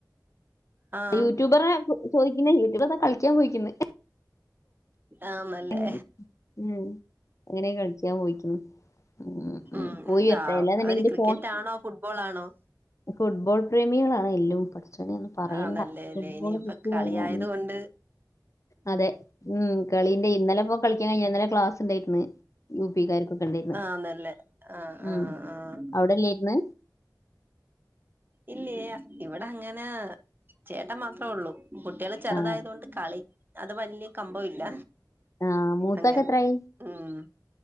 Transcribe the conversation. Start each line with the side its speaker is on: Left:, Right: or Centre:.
Right: ആഹ്
Left: യൂട്യൂബറേ ചോയിക്കുന്നേ യൂട്യൂബറതാ കളിക്കാൻ പോയിക്കുന്ന
Right: ആന്നല്ലേ
Left: എങ്ങനെ ഉം അങ്ങനെ കളിക്കാൻ പോയിക്കുന്നു ഉം,
Right: ഉം
Left: പോയി
Right: ന്താ
Left: വരട്ടെ അല്ലാന്നുണ്ടെങ്കിൽ
Right: അവര് ക്രിക്കറ്റാണോ
Left: ഫോൺ
Right: ഫുട്ബോളാണോ
Left: ഫുട്ബോൾ പ്രേമികളാണ് എല്ലും പടച്ചോനേ ഒന്നും പറയണ്ടാ
Right: ആണല്ലേ അല്ലേ
Left: ഫുട്ബോള്
Right: ഇനിയിപ്പ
Left: കിട്ടി
Right: കളിയായത്
Left: കയിഞ്ഞാ
Right: കൊണ്ട്
Left: അതെ ഉം കളിന്റെ ഇന്നലെപ്പോ യാ ഇന്നലെ ക്ലാസ്സിണ്ടായിര്ന്ന് യു പിക്കാർക്കൊക്കെ ഇണ്ടായിരുന്നു
Right: ആന്നല്ലേ ആഹ് ആഹ്
Left: ഉം
Right: ആഹ്
Left: അവിടല്ലേര്ന്ന്
Right: ഇല്ലേ ഇവിടെ അങ്ങനെ ചേട്ടൻ മാത്രേ ഉള്ളൂ കുട്ടികള് ചെറുതായത്
Left: ആ
Right: കൊണ്ട് കളി അത് വല്ല്യ കമ്പമില്ല
Left: ആ മൂത്താക്ക്
Right: അങ്ങനെ
Left: എത്രായി
Right: ഉം